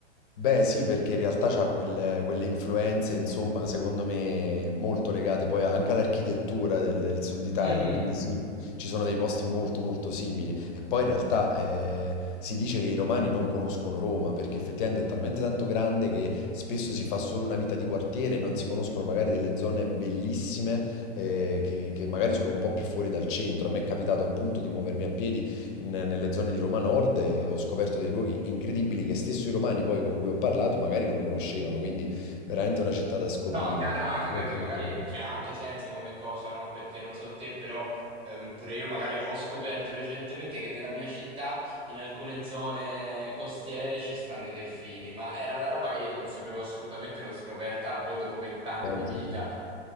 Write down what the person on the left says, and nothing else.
Beh, sì, perché in realtà c'ha quel- quelle influenze, insomma, secondo me molto legate poi anche all'architettura del, del sud Italia,
quindi sì, ci sono dei posti molto molto simili. E poi in realtà eh, si dice che i romani non conoscono Roma, perché effettivamente è talmente tanto grande che spesso si fa solo una vita di quartiere, non si conoscono magari delle zone bellissime eh, che, che magari sono un po' più fuori dal centro. A me è capitato appunto di muovermi a piedi in- nelle zone di Roma Nord e ho scoperto dei luoghi incredibili che stesso i romani poi con cui ho parlato magari non conoscevano, quindi veramente una città da scoprire,
molto
molto bella.
Pensa
tu.